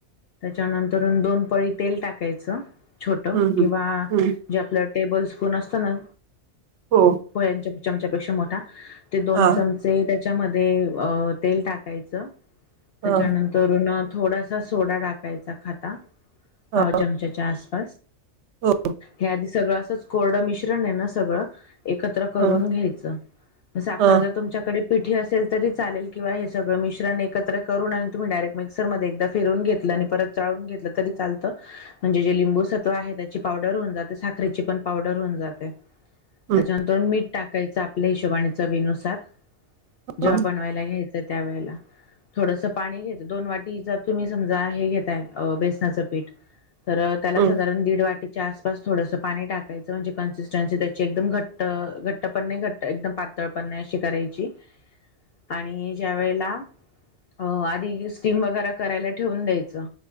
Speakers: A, on the left (about 60°); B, on the right (about 70°).
A: त्याच्यानंतर दोन पळी तेल टाकायचं छोट
B: हम्म
A: किंवा
B: हम्म हम्म
A: जे आपलं टेबल स्पून असतो ना
B: हो
A: पोयांच्या चमचापेक्षा मोठा ते दोन
B: हा
A: चमचे त्याच्यामध्ये अ तेल टाकायचं
B: हा
A: त्याच्यानंतरन थोडासा सोडा टाकायचा खाता
B: हा
A: भाव चमचा जास्त
B: हो
A: हे आधी सगळं असंच कोरडं मिश्रण आहे ना सगळं एकत्र करून
B: हा
A: घ्यायचं साखर
B: हां
A: जर तुमच्याकडे पिठी असेल तरी चालेल किंवा हे सगळं मिश्रण एकत्र त डायरेक् मिक्सर म फिरवून घेतल आणि परत ून घेतलं तरी चालत म्हणजे जे लिंबू व आहे त्याची पावडर होऊन जाते साखरेची पण पावडर होऊन जाते
B: हां
A: त्याच्यानंतर मीठ टाकायचं आपल्या हिशोबाने चवीनुसार जेव्हा
B: हां
A: बनवायला घ्यायचं त्या वेळे ला थोडस पाणी घ्यायं दोन वाटी त तुम्ही समजा हे घेताय बेसनाचं पीठ तर त्याला
B: हं
A: साधारण दीड वाटी आसपास थोडस पाणी टाकायचं म्हणजे कन्सिस्टन्सी त्याची एकदम घट्ट घट्ट पण नाही घट एकदम पातळ पणे अशी करायची आणि ज्या वेळेला अ आधी स्टीम वगैरे करायला ठेवून द्यायचं